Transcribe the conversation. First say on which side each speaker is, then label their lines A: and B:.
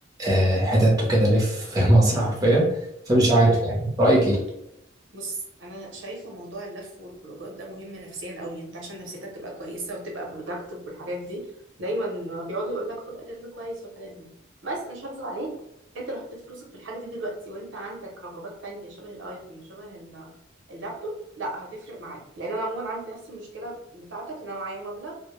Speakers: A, on the right; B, on the right.
A: آه، حتت وكده الف في <laughs> مصر حرفيا فمش
B: <laughs>
A: عارف يعني رايك ايه
B: بص انا شايفه موضوع اللف والخروجات ده مهم نفسيا قوي انت عشان نفسيتك تبقى كويسه وتبقى productive والحاجات دي دايما بيقعدوا يقول لك خد اجازه كويس والحاجات دي بس مش هكذب عليك انت لو حطيت فلوسك في الحاجه دي دلوقتي وانت عندك رغبات تانية شبه الايفون شبه ال- اللابتوب لا هتفرق معاك لان انا عموما عندي نفس المشكله بتاعتك ان انا معايا مبلغ